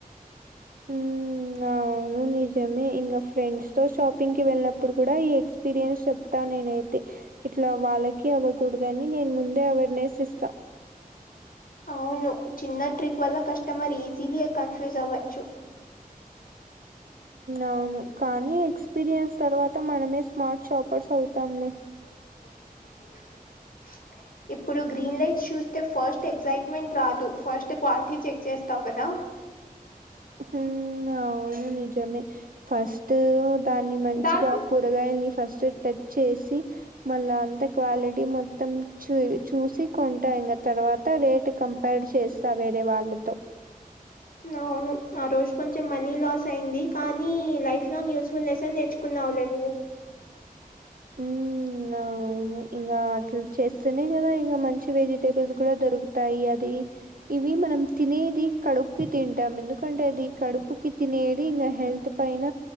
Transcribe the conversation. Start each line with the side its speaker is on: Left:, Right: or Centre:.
Left: అ
Right: హ్మ్. అవును నిజమే ఇంకా ఫ్రెండ్స్ తో షాపింగ్ కి వెళ్ళనప్పుడు కూడా ఈ ఎక్స్ ఎపీరియన్స్ చెప్త నేనయితే ఇట్లా వాళ్ళకి అవ్వకూడదని నేను ముందే అవేర్నెస్ ఇస్తా
Left: అవును చిన్న ట్రిక్ వల్ల కస్టమర్ ఈజీలీ కన్ఫ్యూజ్ అవ్వచ్చు
Right: అవును కానీ ఎక్స్పీరియన్స్ తర్వాత మనమే స్మార్ట్ షాపర్స్ అవుతాంలే
Left: ఆ ఇప్పుడు గ్రీన్ లైట్స్ చూస్తే ఫస్ట్ ఎగ్సైట్మెంట్ రాదు ఫస్ట్ క్వాలిటీ చెక్ చేస్తావు కదా
Right: హు అవును నిజమే ఫస్ట్ దాన్ని మంచిగా
Left: దాల్కు
Right: కూరగాయల్ని ఫస్ట్ టచ్ చేసి మళ్ళా అంత క్వాలిటీ మొత్తం చూ చూసి కొంటా ఇగ తర్వాత రేటు కం ఫైట్ చేస్తా వేరే వాళ్ళతో
Left: అవును ఆ రోజు కొంచెం మనీ లాస్ అయింది కానీ లైఫ్ లాంగ్ యూస్ఫుల్ లెసన్ నేర్ నేర్చుకున్నావులే నువ్వు
Right: హ్మ్ అవును ఇంకా అట్లా చేస్తేనే కదా ఇంకా మంచి వెజిటేబుల్స్ కూడా దొరుకుతాయి అది ఇవి మనం తినేది కడుపుకి తింటాం ఎందుకంటే అది కడుపుకిి తినేది ఇంకా హెల్త్ పైన